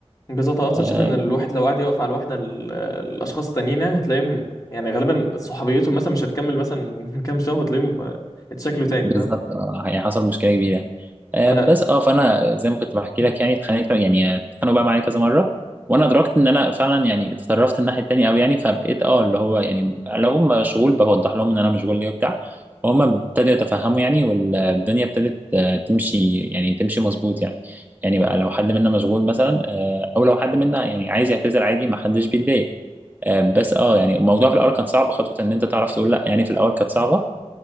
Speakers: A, on the left (about 30°); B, on the right (about 15°).
A: بالظبط انا اصلا
B: آه،
A: شايف ان الواحد لو قعد يوقف على الواحده ال- الاشخاص التانيين يعني هتلاقيهم يعني غالبا صحوبيتهم مثلا مش هتكمل مثلا <laughs> كام شهر وتلاقيهم آه، اتشكلوا تاني
B: بالظبط
A: فاهم
B: اه يعني حصل مشكله كبيره يعني آه،
A: انا
B: بس اه فانا زي ما كنت بحكي لك يعني اتخانقت يعني اتخانقوا بقى معايا كذا مره وانا ادركت ان انا فعلا يعني اتطرفت الناحيه التانيه قوي يعني فبقيت اه اللي هو يعني لو هم مشغول بوضح لهم ان انا مشغول ليه وبتاع وهم ابتدوا يتفهموا يعني والدنيا ابتدت آه، تمشي يعني تمشي مظبوط يعني يعني بقى لو حد منا مشغول مثلا آه، او لو حد منا يعني عايز يعتذر عادي ما حدش بيتضايق آه، بس اه يعني الموضوع في الاول كان صعب خطوه ان انت تعرف تقول لا يعني في الاول كانت صعبه